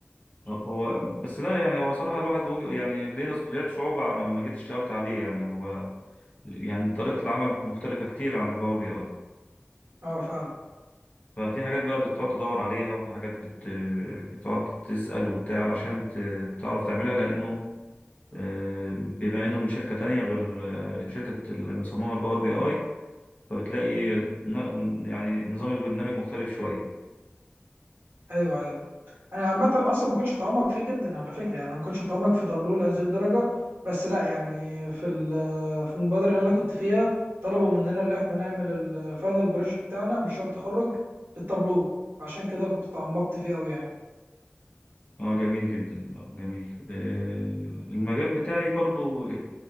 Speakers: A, on the left; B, on the right.
A: هو بس لا يعني هو صراحة الواحد وج- يعني لينا لقيت صعوبة لما جيت اشتغلت عليه يعني هو يعني طريقة العمل مختلفة كتير عن الباور بي اي.
B: اه فعلا
A: ففي حاجات بقى بتقعد تدور عليها وفي حاجات بت... بتقعد تسأل وبتاع علشان ت... تعرف تعملها لأنه آه، بما إنه من شركة تانية غير آه، شركة المصممة الباور بي آي فبتلاقي ن- يعني نظام البرنامج مختلف شوية
B: ايوه ايوه انا عامه اصلا ما كنتش اتعمق فيه جدا على فكره يعني انا ما كنتش اتعمق في تابلو لهذه الدرجه بس لا يعني في ال- في المبادره اللي انا كنت فيها طلبوا مننا اللي احنا نعمل الفاينل بروجكت بتاعنا مشروع التخرج بالتابلو فعشان كده كنت اتعمقت فيه قوي يعني
A: اه جميل جدا آه، جميل آه، المجال بتاعي برضو